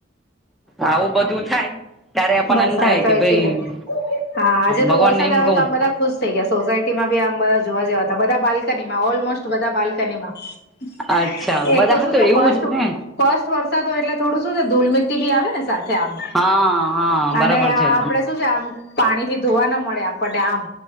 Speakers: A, in the centre; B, on the left.
A: આવું બધું થાય ત્યારે આપણને
B: બસ
A: એમ
B: હવે
A: થાય
B: તો
A: કે ભાઈ
B: ધું હા આજે
A: ભગવાનને
B: તો વરસાદ
A: એમ
B: આવ્યો
A: કવું
B: તો આમ બધા ખુશ થઇ ગયા સોસાયટી માં બી આમ બધા જોવા જેવા હતા બધા બાલ્કનીમાં ઓલમોસ્ટ બધા બાલ્કનીમાં એક
A: અચ્છા બધા
B: તો
A: હા
B: શું છે
A: એવું
B: ફસ્ટ
A: જ ને
B: ફસ્ટ વરસાદ હોય એટલે ધૂલ મિટી બી આવે સાથે આમ
A: હા હા
B: અને
A: બરાબર
B: આપડે
A: છે
B: શું છે આમ પાણી થી ધોવા ના મળે આપણને આમ